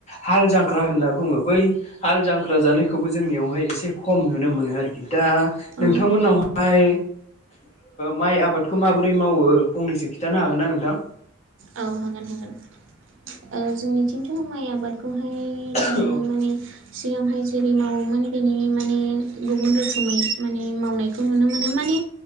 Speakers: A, on the left; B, on the right.
A: हाल जां ख्रा होनना बुङो बै हाल जांख्रा जानायखौबो जोंनियावहाय इसे खम नुनो मोनो आरोखि दा
B: औ
A: नोंथांमोननावहाय माइ आबादखौ माबोरै मावो फंनैसो खिथानो हागोनना नोंथां?
B: औ हागोन हागोन औ जोंनिथिंथ' माइ आबाद बे खौहाय दानि
A: औ
B: माने सिगांहाय जेरै मावोमोन बेनि माने गुबुन रोखोमै माने मावनायखौ नुनो मोनो माने